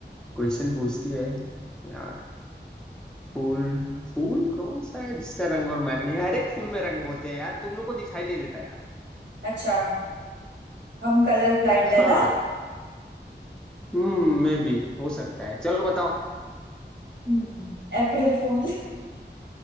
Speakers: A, in the centre; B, on the right (about 85°).
A: क्वेश्चन पूछती है यार फूल फूल कौन सा है जिसका रंग और महक नहीं है? हर एक फूल में रंग होते हैं यार तुम लोग को दिखाई नहीं देता यार
B: अच्छा हम कलर ब्लाइंड
A: हाँ
B: है ना
A: हम्म मे भी हो सकता है चलो बताओ
B: हम्म। अप्रैल फूल